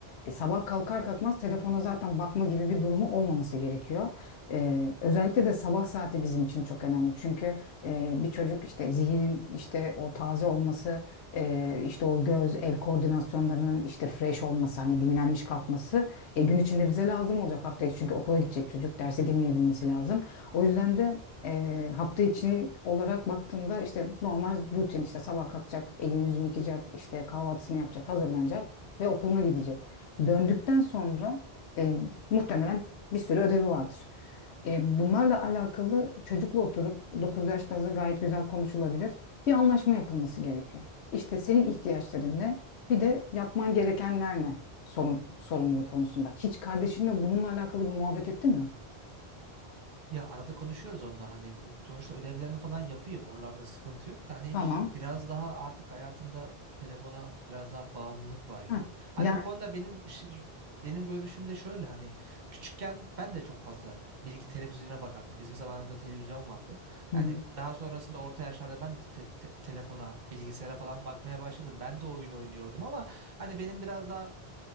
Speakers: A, on the left; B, on the right.
A: E, sabah kalkar kalkmaz telefona zaten bakma gibi bir durumu olmaması gerekiyor. E, özellikle de sabah saati bizim için çok önemli. Çünkü e, bir çocuk işte zihnin işte o taze olması, e, işte o göz el koordinasyonlarının işte fresh olması, hani dinlenmiş kalkması e, gün içinde bize lazım olacak hafta içi. Çünkü okula gidecek çocuk derse dinleyebilmesi lazım. O yüzden de Eee, hafta içi olarak baktığında işte normal rutin işte sabah kalkacak, elini yüzünü yıkayacak, işte kahvaltısını yapacak, hazırlanacak ve okuluna gidecek. Döndükten sonra eee, muhtemelen bir sürü ödevi vardır. Eee, bunlarla alakalı çocukla oturup 9 yaşlarında gayet güzel konuşulabilir. Bir anlaşma yapılması gerekiyor. İşte senin ihtiyaçların ne? Bir de yapman gerekenler ne? Sorun, sorumluluk konusunda. Hiç kardeşinle bununla alakalı bir muhabbet ettin mi?
B: Ya arada konuşuyoruz onunla hani sonuçta ödevlerini falan yapıyor. Oralarda sıkıntı yok da hani
A: Tamam.
B: biraz daha artık hayatında telefona biraz daha bağımlılık var gibi.
A: Ha,
B: Hani
A: yani...
B: bu konuda benim şi- benim görüşüm de şöyle hani küçükken ben de çok fazla bilgi televizyona bakardım. Bizim zamanımızda televizyon vardı.
A: Hı
B: Yani
A: hı.
B: daha sonrasında orta yaşlarda ben de te- te- telefona, bilgisayara falan bakmaya başladım. Ben de oyun oynuyordum ama hani benim biraz daha